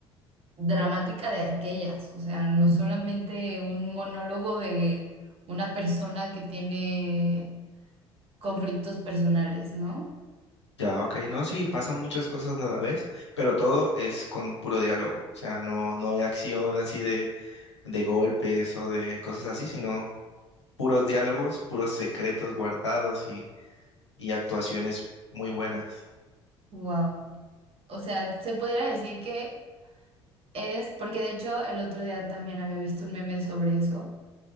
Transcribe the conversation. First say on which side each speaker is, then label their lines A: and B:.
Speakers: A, on the right; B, on the left.
A: dramática de aquellas. O sea, no solamente un monólogo de una persona que tiene conflictos personales, ¿no?
B: ya, ok. No, sí, pasan muchas cosas a la vez, pero todo es con puro diálogo. O sea, no, no hay acción así de, de golpes o de cosas así, sino puros diálogos, puros secretos guardados y, y actuaciones muy buenas
A: Wow. O sea, se pudiera decir que es, porque de hecho el otro día también había visto un meme sobre eso,